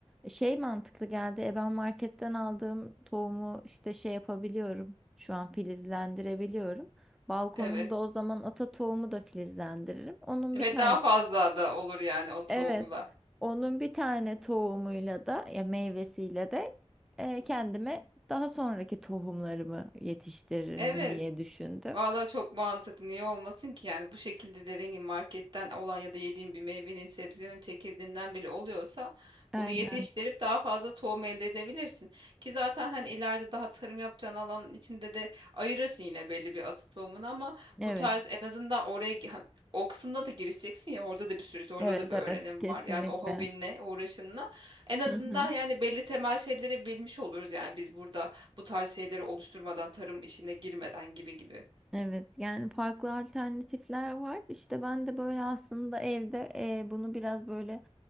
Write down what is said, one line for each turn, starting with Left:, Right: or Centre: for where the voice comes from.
Centre: şey mantıklı geldi. E ben marketten aldığım tohumu işte şey yapabiliyorum. Şu an filizlendirebiliyorum. Balkonumda
Right: Evet.
Centre: o zaman ata tohumu da filizlendiririm. Onun
Right: Ve
Centre: bir tane
Right: daha fazla da olur yani o tohumla.
Centre: evet. Onun bir tane tohumuyla da ya meyvesiyle de e, kendime daha sonraki tohumlarımı yetiştiririm
Right: Evet.
Centre: diye düşündüm.
Right: Valla çok mantıklı. Niye olmasın ki? Yani bu şekilde dediğin gibi marketten olan ya da yediğin bir meyvenin, sebzenin çekirdeğinden bile oluyorsa
Centre: Aynen.
Right: bunu yetiştirip daha fazla tohum elde edebilirsin. Ki zaten hani ileride daha tarım yapacağın alanın içinde de ayırırsın yine belli bir atı tohumunu ama
Centre: Evet.
Right: bu tarz en azından oraya gi- ha, o kısımda da girişeceksin ya orada da bir süreç, orada
Centre: Evet
Right: da bir
Centre: evet
Right: öğrenim
Centre: kesinlikle.
Right: var. Yani o hobinle, uğraşınla en azından
Centre: Hı hı.
Right: yani belli temel şeyleri bilmiş oluruz yani biz burada bu tarz şeyleri oluşturmadan, tarım işine girmeden gibi gibi.
Centre: Evet yani farklı alternatifler var. İşte ben de böyle aslında evde e, bunu biraz böyle